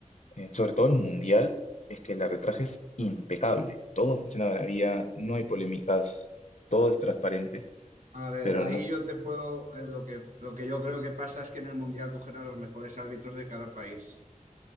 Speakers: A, on the left; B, on the right.
A: eh, sobre todo el Mundial, es que el arbitraje
B: Sí.
A: es impecable. Todo funciona de maravilla, no hay polémicas, todo es transparente.
B: A ver,
A: pero
B: ahí
A: no es...
B: yo te puedo, eh, lo que, lo que yo creo que pasa es que en el mundial cogerán a los mejores árbitros de cada país.